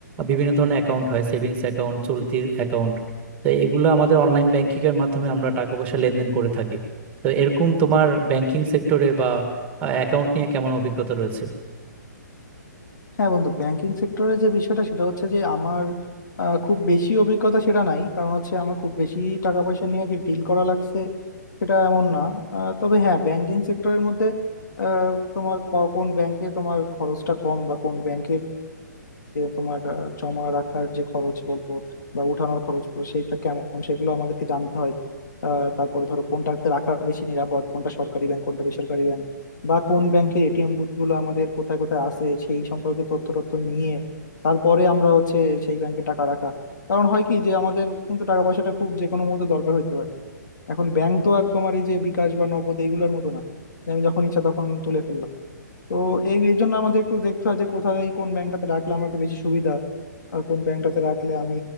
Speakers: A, on the right; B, on the left.
A: বিভিন্ন ধরনের অ্যাকাউন্ট হয় সেভিংস অ্যাকাউন্ট চলতি অ্যাকাউন্ট তো এগুলো আমাদের অনলাইন ব্যাংকিং এর মাধ্যমে আমরা টাকা পয়সা লেনদেন করে থাকি তো এরকম তোমার ব্যাংকিং সেক্টরে বা অ্যাকাউন্ট নিয়ে কেমন অভিজ্ঞতা রয়েছে
B: হ্যাঁ বন্ধু ব্যাংকিং সেক্টরে যে বিষয়টা সেটা হচ্ছে যে আমার আহ, খুব বেশি অভিজ্ঞতা সেটা নাই কারণ হচ্ছে আমার খুব বেশি টাকা পয়সা নিয়ে যে ডিল করা লাগছে সেটা এমন না আহ, তবে হ্যাঁ ব্যাংকিং সেক্টরের মধ্যে আহ, তোমার ক- কোন ব্যাংকে তোমার খরচটা কম বা কোন ব্যাংকে তোমার আহ, জমা রাখার যে খরচ বলবো বা উঠানোর খরচ বলবো সেইটা কেমন সেগুলো আমাদেরকে জানতে হয় আহ, তারপরে ধরো কোনটাতে রাখা বেশি নিরাপদ কোনটা সরকারি ব্যাংক কোনটা বেসরকারি ব্যাংক বা কোন ব্যাংকের এটিএম বুথগুলো আমাদের কোথায় কোথায় আছে সেই সম্পর্কে তথ্য তথ্য নিয়ে তারপরে আমরা হচ্ছে সেই ব্যাংকে টাকা রাখা কারণ হয় কি যে আমাদের কিন্তু টাকা পয়সাটা খুব যে কোনো মুহূর্তে দরকার হইতে পারে এখন ব্যাংক তো আর তোমার এই যে বিকাশ বা নগদ এইগুলোর মতো না যে আমি যখন ইচ্ছা তখন তুলে ফেললাম তো এই এই জন্য আমাদের একটু দেখতে হয় যে কোথায় কোন ব্যাংকটাতে রাখলে আমার একটু বেশি সুবিধা আর কোন ব্যাংকটাতে রাখলে আমি